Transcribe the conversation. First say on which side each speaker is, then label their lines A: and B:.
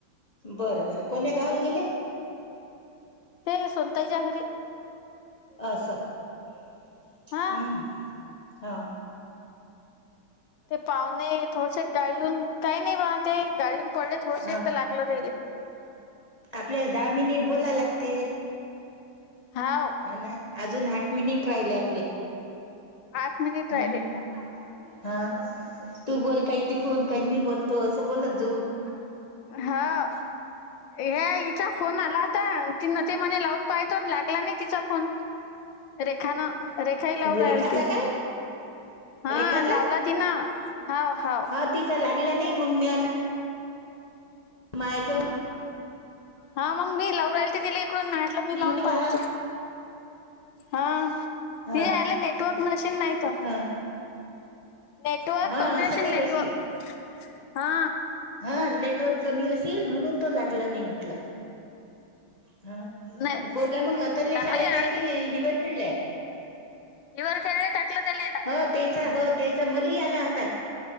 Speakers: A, on the left; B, on the left.
A: बरं बरं कोण्या गावल गेले
B: ते सोनताईच्या घरी
A: अस हम
B: हा
A: हा हा!
B: ते पाहुणे थोडसे गाळीऊन काय नाही बा. ते गाडीहून पडले थोडसे
A: अ
B: एकटं लागलं तेले.
A: आपल्याला दहा मिनिट बोला लाग अज
B: हाव
A: आ मि. राहिले आपले.
B: आठ मिनिट
A: हम्
B: राहिले
A: हा तू बोल काय त. खून काही मी बोलतो असं बोलत जाु.
B: हा ह्या हिचा फोन आला होता ति न ते म्हणे लावून. पाहतो लागला नाही तिचा फोन. रेखानं रेखाही लावू राहिल
A: रेखाचा
B: ती
A: काय?
B: हा
A: रेखा
B: लावला तिनं. हाव हाव
A: ह तिच लागलं नाही. मंगण्या ह मायच.
B: हा मग मी लव राहिल त तिला इकडून नाहीलं मी लावून
A: म्हटलं
B: पाहतो.
A: हा
B: हा
A: हा
B: ति याला नेटवर्क मशीन नाहीत.
A: हा
B: नेटवर्क
A: हा
B: कम्यनेशन
A: असं काही
B: नेटवक
A: अशील
B: हा.
A: अ नेटवर्क कमी असिल म्हणून तो लागला नाही म्हटल. हा
B: नाही.
A: पोरगा मंग अतलय
B: हा
A: शाळेत आहे की हिवरखेड ले हाय?
B: हिवरखेडे टाकले तेले
A: हो त्याचा हो त्याचा मुली आला होता